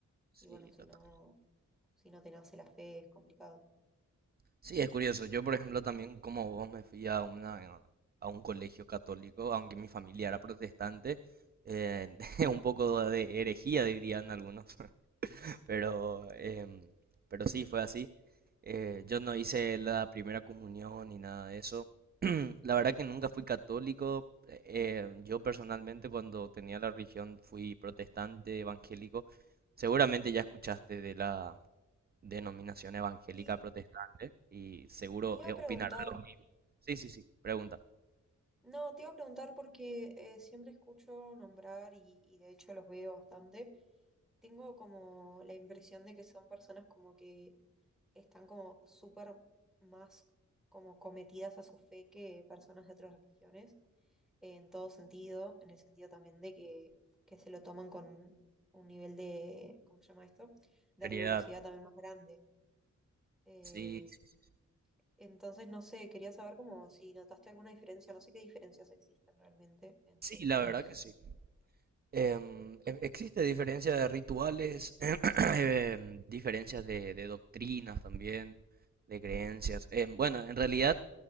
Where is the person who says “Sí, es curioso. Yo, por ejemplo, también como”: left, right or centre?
Right